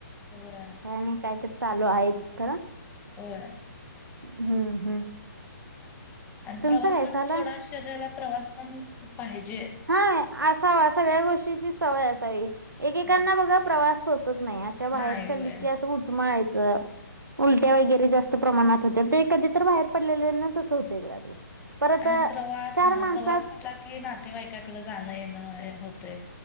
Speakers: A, on the left (about 15°); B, on the right (about 85°).
A: होय
B: काय नाही कायतर चालू आहेच खरं.
A: होय‌.
B: हम्म हम्म.
A: आणि
B: तुमचं
A: प्रवास
B: काय
A: पण
B: चालू
A: थोडा
B: आहे?
A: शरीराला प्रवास पण पाहिजे.
B: असा सगळ्या गोष्टीची सवय असावी, एकेकांना
A: होय
B: बघा प्रवास सोसत नाही, अ अशा बाहेर
A: नाही
B: चाललीत
A: व्हय.
B: की असं उचमळायचं. उलट्या वगैरे जास्त प्रमाणात हूत्यात, ते कधी तर बाहेर पडलेल्यांना तसं हूतंय बघा ते. परत
A: आणि
B: अ,
A: प्रवास
B: चार
A: म्हणा
B: माणसात
A: प्रवास म्हटला की नातेवाईकाकडं जाणं येणं होतंय,